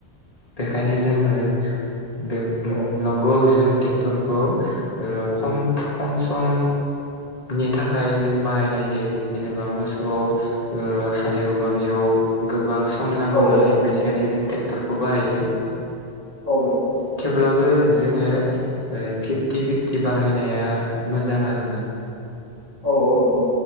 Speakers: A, on the left; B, on the left.
A: बेखायनो जोंङो बेब उम
B: औ
A: नंगौ जों ट्रेक्टरखौ खम ओ खम सम नि थाखाय जों बाहायनाय जायो जेनेबा मोसौआव ओ हालेवबा बेयाव गोबां सम नांगौ
B: औ
A: नालाय बेनिखायनो जों ट्रेक्टरखौ बाहायो।
B: औ नोंथां।
A: थेवब्लाबो जोङो ओ फिफ्टि फिफ्टि बाहायनाया मोजां आरोना
B: औ औ नंगौ